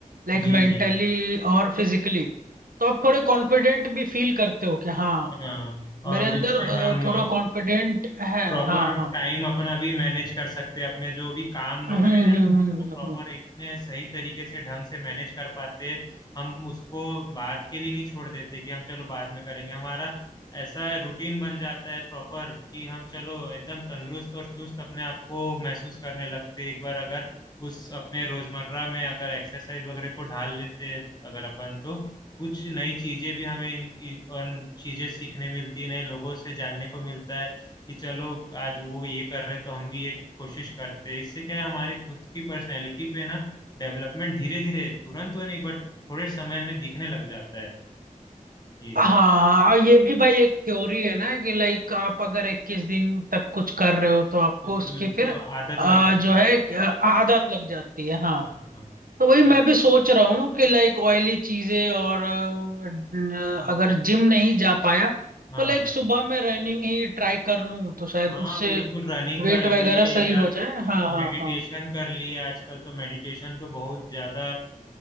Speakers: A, on the right; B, on the left.
A: लाइक
B: जी
A: मेंटली
B: जी
A: और फिजिकली तो आप थोड़े कॉन्फिडेंट भी फील करते हो कि हाँ
B: हाँ और
A: मेरे अंदर
B: जैसे
A: अ,
B: हम
A: थोड़ा कॉन्फिडेंट है
B: प्रॉपर
A: हाँ हाँ
B: टाइम अपना भी मैनेज कर सकते हैं अपने जो भी काम
A: हम्म
B: वगैरह
A: हम्म
B: है उसको
A: हम्म हम्म,
B: प्रॉपर
A: हम्म।
B: इतने सही तरीके से ढंग से मैनेज कर पाते हैं हम उसको बात के लिए नहीं छोड़ देते कि हम चलो बाद में करेंगे हमारा ऐसा रूटीन बन जाता है प्रॉपर कि हम चलो एकदम तंदुरुस्त और चुस्त अपने आप को महसूस करने लगते हैं एक बार अगर उस अपने रोजमर्रा में अगर एक्सरसाइज वगैरह को ढाल लेते हैं अगर अपन तो कुछ नई चीजें भी हमें इन- इन- और चीजें सीखने मिलती है नए लोगों से जानने को मिलता है कि चलो आज वो ये कर रहे हैं, तो हम भी एक कोशिश करते हैं इससे क्या है हमारे खुद की पर्सनैलिटी पे ना डेवलपमेंट धीरे धीरे तुरंत तो नहीं बट थोड़े समय में दिखने लग जाता है ये
A: हाँ हाँ और ये भी भाई एक थ्योरी है ना कि लाइक आप अगर 21 दिन तक कुछ कर रहे हो तो आपको
B: बिल्कुल
A: उसकी फिर
B: तो आदत
A: अ,
B: लग जाती
A: जो है
B: है
A: एक, अ, आदत लग जाती है हाँ
B: हाँ हाँ
A: तो वही
B: हाँ,
A: मैं भी सोच रहा हूँ कि लाइक ऑयली चीजें और अ, न-
B: बिल्कुल
A: अगर जिम नहीं जा पाया
B: हाँ
A: तो लाइक सुबह में रनिंग ही ट्राई कर लूँ तो शायद
B: हाँ हाँ
A: उससे
B: बिल्कुल रनिंग
A: वेट
B: कर लिए
A: वगैरह सही
B: या
A: हो जाए हाँ
B: मेडिटेशन
A: हाँ हाँ
B: कर लिए आजकल तो मेडिटेशन तो बहुत ज्यादा